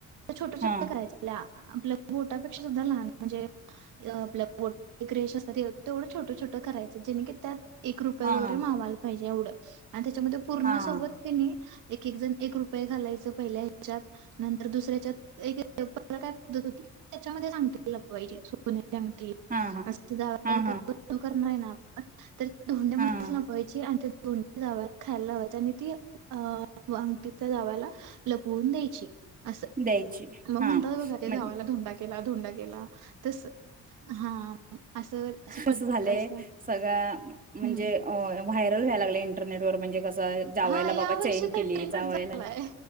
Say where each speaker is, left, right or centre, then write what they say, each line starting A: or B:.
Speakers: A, on the right; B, on the right.
A: छोट छोट
B: हा
A: करायलच. आपल्या आपले बोटापेक्षा सुद्धा लहान म्हणजे, अ आपल बोट रेष असते तेवढं छोटं छोट करायचं जेणे की त्यात एक रुपया
B: हा
A: वगैरे
B: हा
A: मावायला पाहिजे. एवढच आणि त्याच्यामध्ये पूर्णासोबत
B: हा
A: कनी एक एक जण एक रूप हे घालायच पहिल्या ह्याच्यात, नंतर दुसऱ्या हेच्यात पहिला काय पद्धत होती, त्याच्यामध्ये आंगठी लपवायची सोन्या <unintelligible>
B: हा हा हा हा
A: अथ तरी धोंड्यामध्येच
B: हा हा
A: लापवायची आणि त्यात धोंडी जावायाला खायला लावायची आणि ती अ अंगठीत त्या जावा्याला लपवून द्यायची. असं
B: द्यायची
A: मग
B: हा
A: म्हणतात बघा ते
B: म्हण
A: जावायला धोंडा दि त्याला धोंडा त्याला तस हा असं असं पद्धत
B: अस झालंय.
A: असत्या
B: सगळं म्हणजे
A: हम्म.
B: व्हायरल व्हायला लागलय इंटरनेट वर म्हणजे जस जावयाला
A: हा या
B: बाबा
A: वर्षी
B: चैन
A: तर
B: केली,
A: ट्रेंडच
B: जावयाला
A: झालाय